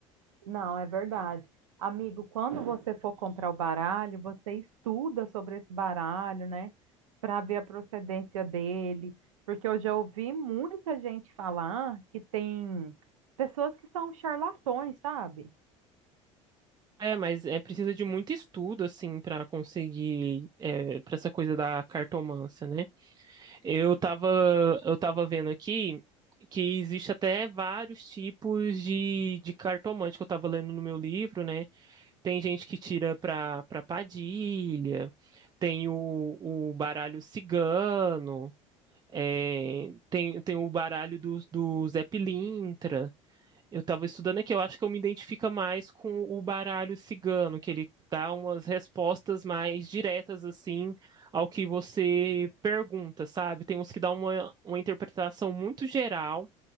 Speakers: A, on the right (about 85°); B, on the right (about 25°).
A: Não, é verdade. Amigo, quando você for comprar o baralho, você estuda sobre esse baralho, né? Para ver a procedência dele. Porque eu já ouvi muita gente falar que tem pessoas que são charlatões, sabe?
B: É, mas é precisa de muito estudo, assim, para conseguir é, para essa coisa da cartomância, né? Eu tava, eu tava vendo aqui que existe até vários tipos de, de cartomante que eu tava lendo no meu livro, né? Tem gente que tira pra, pra Padilha, tem o, o baralho cigano, é, tem, tem o baralho do, do Zé Pilintra. Eu tava estudando aqui, eu acho que eu me identifico mais com o baralho cigano, que ele dá umas respostas mais diretas, assim, ao que você pergunta, sabe? Tem uns que dá uma, uma interpretação muito geral